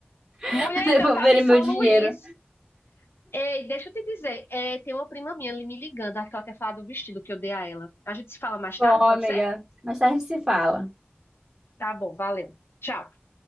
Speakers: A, in the centre; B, on the left.
A: <laughs>
B: Mulher,
A: para devolverem
B: eu tava em São
A: meu dinheiro.
B: Luís. Ei, deixa eu te dizer, é, tem uma prima minha ali me ligando, acho que ela quer falar do vestido que eu dei a ela. A gente se fala mais
A: Bom,
B: tarde,
A: amiga,
B: pode ser?
A: mais tarde a gente se fala.
B: Tá bom, valeu. Tchau.